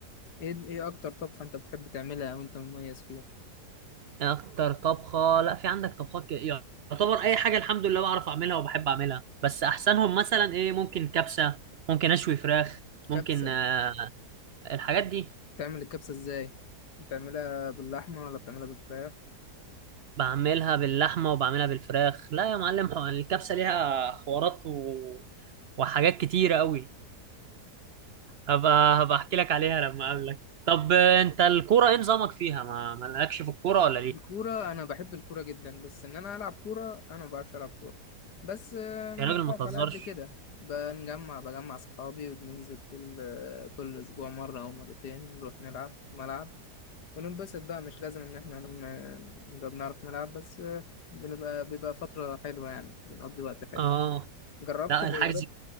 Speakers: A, on the left; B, on the right.
A: إيه ال- إيه أكتر طبخة أنت بتحب تعملها وأنت مميز فيها؟
B: اكتر طبخة لا في عندك طبخات ك- يعتبر اي حاجة الحمد لله بعرف اعملها وبحب اعملها بس احسنهم مثلا ايه ممكن كبسة ممكن اشوي فراخ ممكن
A: كبسة
B: آه، الحاجات دي
A: تعمل الكبسة إزاي؟ بتعملها باللحمة ولا بتعملها بالفراخ؟
B: بعملها باللحمة وبعملها بالفراخ لا يا معلم الكبسة ليها حوارات و... وحاجات كتيرة قوي هبقى هبقى احكي لك عليها لما اقابلك طب انت الكوره ايه نظامك فيها ما مالكش في الكوره ولا ليك
A: الكورة أنا بحب الكورة جدا بس إن أنا ألعب كورة أنا ما بعرفش ألعب كورة بس آه، مش
B: يا راجل
A: بقف
B: ما تهزرش
A: على قد كده بنجمع بجمع أصحابي وبننزل كل آه، كل أسبوع مرة أو مرتين نروح نلعب في ملعب وننبسط بقى مش لازم إن إحنا ن- نبقى بنعرف نلعب بس آه، بنبقى بيبقى فترة حلوة يعني بنقضي وقت حلو
B: اه
A: جربت
B: لا
A: الرياضات؟
B: الحجز